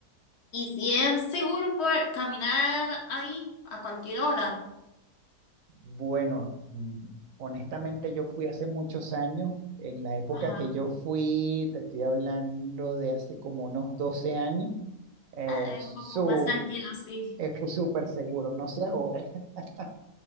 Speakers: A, on the left; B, on the right.
A: Y si es seguro por caminar ahí a cualquier hora,
B: Bueno, mm, honestamente yo fui hace muchos años, en la época
A: Ajá.
B: que yo fui, te estoy hablando de hace como unos 12 años, eh,
A: ah, es
B: su,
A: un poco más tranquilo, sí.
B: eh, fue súper seguro, no sé ahora <laughs>